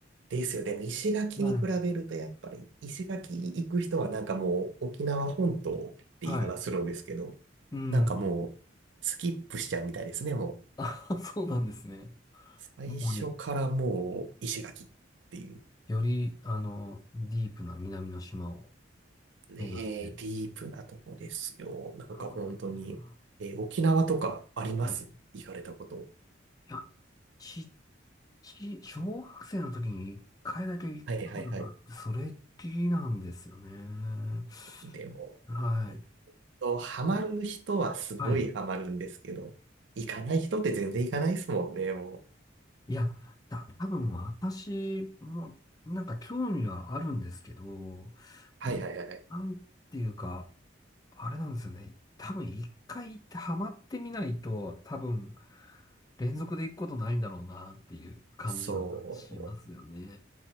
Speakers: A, on the right (about 65°); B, on the left (about 20°).
A: ですよ。でも、石垣に比べると、
B: はい、
A: やっぱり、石垣行く人は、なんかもう、沖縄本島って言い方するんですけど、
B: はい。うん。
A: なんかもう、スキップしちゃうみたいですね、もう。
B: <laughs> あ、そうなんですね。
A: 最初からもう石垣っていう
B: もうねより、あの、ディープな南の島を
A: ね、
B: 目指して。
A: ディープなとこですよ。なんか本当に、
B: ああ、
A: えー沖縄とかあります行かれたこと。
B: はい。いや、ち、ち、小学生の時に一回だけ行ったことがあって、
A: はいはいはい。
B: それっきりなんですよね。
A: でも、
B: はい。
A: えっと、ハマる人はすごいハマるんですけど、
B: はい。
A: 行かない人って全然行かないですもんね、もう。
B: いや、た、多分私もなんか興味はあるんですけど、
A: はいはいはい。
B: な、なんていうか、あれなんですよね。多分一回行ってハマってみないと、多分連続で行くことないんだろうなっていう感じはしますよね。
A: そう。